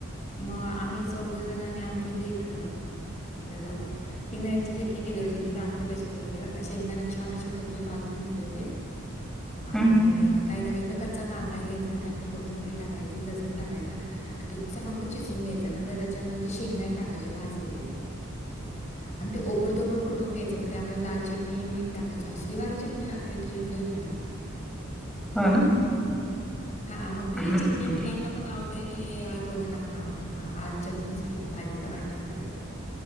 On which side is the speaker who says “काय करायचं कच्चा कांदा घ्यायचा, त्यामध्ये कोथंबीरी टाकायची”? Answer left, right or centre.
Left